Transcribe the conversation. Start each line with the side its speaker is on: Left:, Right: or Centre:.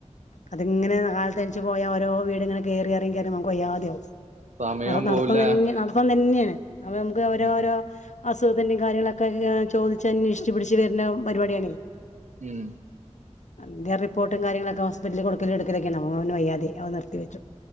Left: അതിങ്ങനെ കാൽത്ൻച്ച് പോയാ ഓരോ വീട്ങ്ങനെ കേറിയിറങ്ങി യിറങ്ങികേറി നമ്മുക്ക് വയ്യാതെയാവും
Right: സമയവും
Left: നട നടത്തം
Right: പോവൂല
Left: തന്നേ നടത്തം തന്നെയാണ് അപ്പൊ നമുക്ക് ഓരോ
Right: ഉം
Left: ഓരോ അസുഖത്തിൻ്റിം കാര്യങ്ങളൊക്കെ കെ ചോദിച്ചന്യശിച്ച് പിടിച്ച് വരുണ പരിപാടിയാണ്.
Right: മൂം
Left: അന്റെ റിപ്പോട്ടും കാര്യങ്ങളൊക്കെ ഹോസ്പിറ്റല് കൊടുക്കലും എടുക്കലൊക്കെന് ഓന് വയ്യാതയി അവൻ നിർത്തിവച്ചു.